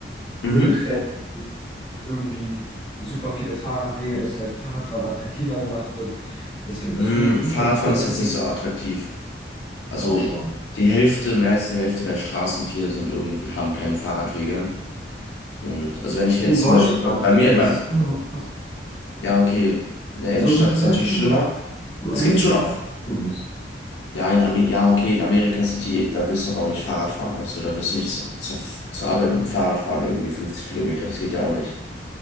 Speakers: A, on the left; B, on the left.
A: Mülltrennung,
B: Mhm.
A: irgendwie super viele Fahrradwege, dass halt Fahrradfahren attraktiver gemacht wird. Es gibt
B: Mm,
A: so super
B: Fahrradfahren
A: gute
B: ist
A: öffentliche
B: jetzt nicht so attraktiv. Also
A: Doch schon.
B: die Hälfte, mehr als die Hälfte der Straßen hier sind irgendwie, haben keine Fahrradwege. Und also wenn ich jetzt
A: In Deutschland,
B: zum Beispiel bei, bei mir
A: ja, das
B: in meinem,
A: ist immer noch krass.
B: ja, okay, in der
A: Also
B: Innenstadt
A: im Vergleich
B: ist natürlich
A: zu,
B: schlimmer.
A: zu
B: Es
A: Amerika,
B: gibt schon auch,
A: muss.
B: Ja, in Amer ja, okay, in Amerika sind die, da willst du aber auch nicht Fahrrad fahren, weißt du, da willst du nicht zu, zur, zur Arbeit mit dem Fahrrad fahren, irgendwie fünfzig Kilometer, das geht ja auch nicht.